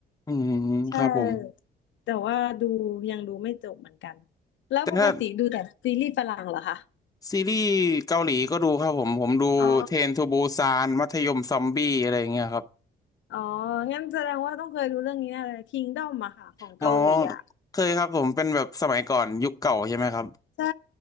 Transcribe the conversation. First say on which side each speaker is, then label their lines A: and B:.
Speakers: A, on the left (about 20°); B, on the left (about 70°).
A: อืมครับผม
B: ใช่ แต่ว่าดูยังดูไม่จบเหมือนกันแล้วปกติดูแต่ซีรีส์ฝรั่งเหรอคะ
A: แต่ถ้าซีรีส์เกาหลีก็ดูครับผมผมดูเทรนทูบูซานมัธยมซอมบี้อะไรอย่างเงี้ยครับ
B: อ๋ออ๋องั้นแสดงว่าต้องเคยดูเรื่องนี้แน่เลย Kingdom อะค่ะของเกาหลีอะ
A: อ๋อเคยครับผมเป็นแบบสมัยก่อนยุคเก่าใช่ไหมครับ
B: ใช่